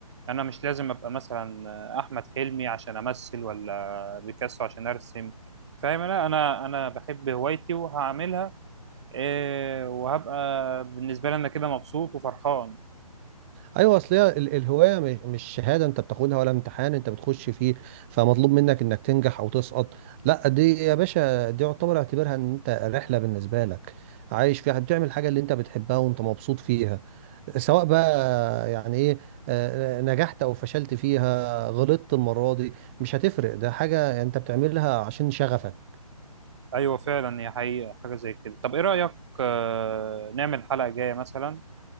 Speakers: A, on the right; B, on the right.
A: انا مش لازم ابقى مثلا احمد حلمي عشان امثل ولا بيكاسو عشان ارسم فاهم لا انا انا بحب هوايتي وهعملها إيه وهبقى بالنسبة لي انا كده مبسوط وفرحان
B: ايوه اصل هي ال- الهوايه م- مش شهاده انت بتاخدها ولا امتحان انت بتخش فيه فمطلوب منك انك تنجح او تسقط لا دي يا باشا دي يعتبر اعتبرها ان انت رحله بالنسبه لك عايش فيها بتعمل حاجه اللي انت بتحبها وانت مبسوط فيها سواء بقى يعني ايه آه، نجحت او فشلت فيها غلطت المرة دي مش هتفرق ده حاجة انت بتعملها عشان شغفك
A: ايوه فعلا هي حقيقه حاجه زي كده طب ايه رايك آه، نعمل حلقه جايه مثلا